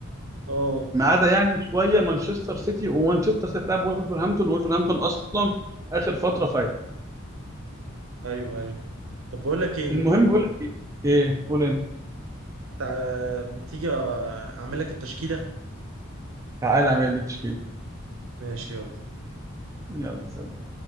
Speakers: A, on the right (about 75°); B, on the right (about 15°).
A: اه
B: ما عدا يعني شويه مانشستر سيتي ومانشستر سيتي تلعب ولفرهامبتون وولفرهامبتون اصلا اخر فتره فايت
A: ايوه ايوه طب بقول لك ايه
B: المهم بقول لك ايه ايه قول انت
A: تع- ما تيجي اعمل لك التشكيلة
B: تعالى اعمل لي تشكيله
A: ماشي يلا
B: يلا سلام